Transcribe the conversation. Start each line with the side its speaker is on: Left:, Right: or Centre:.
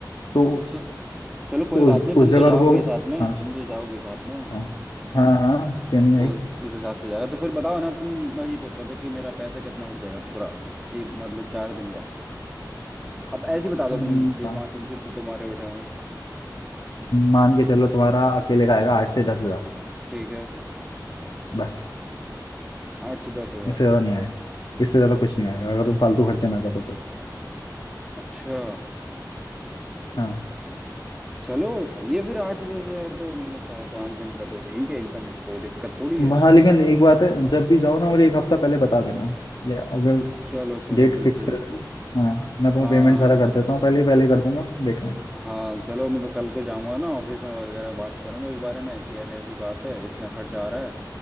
Left: तो
Centre: अच्छा चलो कोई
Left: तो
Centre: बात
Left: उस,
Centre: नहीं
Left: उस
Centre: तुम
Left: जगह
Centre: तो जाओगे
Left: रुकोगे
Centre: साथ में
Left: हाँ
Centre: तुम तो जाओगे साथ में
Left: हाँ हाँ हाँ क्यों नहीं आई
Centre: तो उस उस हिसाब से हो जाएगा तो फिर बताओ ना तुम मैं ये पूछ रहा था कि मेरा पैसा कितना उठ जाएगा पूरा एक मतलब चार दिन का अब ऐसे ही बता दो
Left: हम्म,
Centre: अपने दिमाग
Left: हाँ
Centre: से जितने तुम्हारे उठे हों
Left: मान के चलो तुम्हारा अकेले का आएगा आठ से दस हजार
Centre: ठीक है
Left: बस
Centre: आठ से दस हजार
Left: इससे ज्यादा नहीं आएगा इससे ज्यादा कुछ नहीं आएगा अगर तुम फालतू खर्चे ना करो तो
Centre: अच्छा
Left: हाँ
Centre: चलो सही है फिर आठ से दस हजार तो मतलब चार पांच दिन का तो ठीक है एकदम कोई दिक्कत थोड़ी है
Left: हाँ लेकिन एक बात है जब भी जाओ ना मुझे एक हफ्ता पहले बता देना या अगर
Centre: चलो चलो
Left: डेट
Centre: बिल्कुल
Left: फिक्स कर लेना हाँ मैं तुम्हें
Centre: हाँ
Left: पेमेंट सारा कर देता हूँ पहले ही पहले ही कर दूंगा देख लेना
Centre: हाँ चलो मैं कल को जाऊंगा ना ऑफिस में वगैरह बात करूंगा इस बारे में कि ऐसी ऐसी बात है इतना खर्च आ रहा है